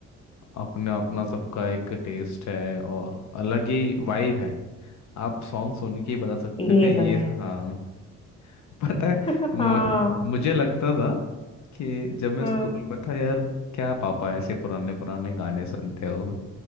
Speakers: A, on the left (about 65°); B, on the left (about 20°).
A: अपना अपना सबका एक टेस्ट है और अलग ही वाइब है आप सॉन्ग सुन के ही बता सकते
B: ये
A: हो कि ये
B: तो है
A: हाँ <laughs> पता है
B: <laughs>
A: मु-
B: हाँ
A: मुझे लगता था कि जब मैं
B: हाँ
A: स्कूल में था यार क्या पापा ऐसे पुराने पुराने गाने सुनते हो